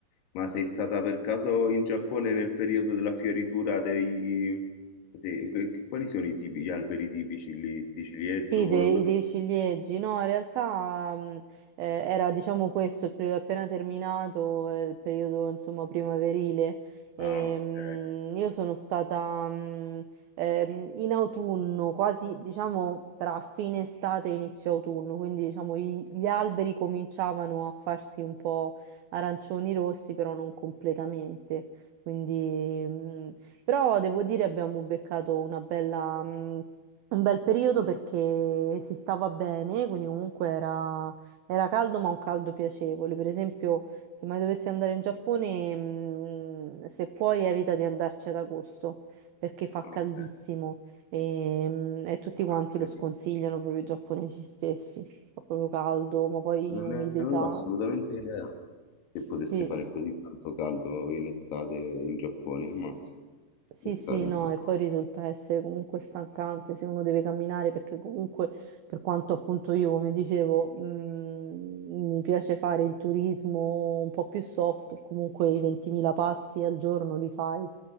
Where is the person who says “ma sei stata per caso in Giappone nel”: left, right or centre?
Left